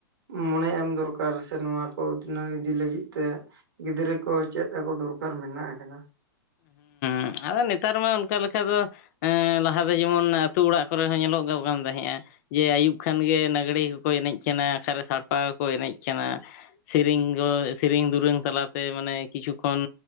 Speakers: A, on the right (about 75°); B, on the left (about 45°).
A: ᱢᱚᱱᱮ ᱮᱢ ᱫᱚᱨᱠᱟᱨ ᱥᱮ ᱱᱚᱣᱟ ᱠᱚ ᱩᱛᱷᱱᱟᱹᱣ ᱤᱫᱤ ᱞᱟᱹᱜᱤᱫ ᱛᱮ ᱜᱤᱫᱽᱨᱟᱹ ᱠᱚ ᱪᱮᱫ ᱟᱠᱚ ᱫᱚᱨᱠᱟᱨ ᱢᱮᱱᱟᱜ ᱟᱠᱟᱱᱟ ᱾ <inaudible>
B: ᱟᱨ ᱱᱮᱛᱟᱨ ᱢᱟ ᱚᱱᱠᱟ ᱞᱮᱠᱟ ᱫᱚ ᱮᱸᱻ ᱞᱟᱦᱟ ᱫᱚ ᱡᱮᱢᱚᱱ ᱟᱹᱛᱩ ᱚᱲᱟᱜ ᱠᱚᱨᱮ ᱦᱚᱸ ᱧᱮᱞᱚᱜ ᱜᱚᱜ ᱠᱟᱱ ᱛᱟᱦᱮᱸᱜᱼᱟ ᱾ ᱡᱮ ᱟᱹᱭᱩᱵ ᱠᱷᱟᱱ ᱜᱮ ᱞᱟᱸᱜᱽᱲᱮ ᱠᱚᱠᱚ ᱮᱱᱮᱡ ᱠᱟᱱᱟ ᱚᱠᱟᱨᱮ ᱥᱟᱲᱯᱟ ᱠᱚᱠᱚ ᱮᱱᱮᱡ ᱠᱟᱱᱟ ᱾ ᱥᱮᱨᱤᱧ ᱫᱚ ᱥᱮᱨᱤᱧ ᱫᱩᱨᱟᱹᱝ ᱛᱟᱞᱟᱛᱮ ᱢᱟᱱᱮ ᱠᱤᱪᱷᱩ ᱠᱷᱚᱱ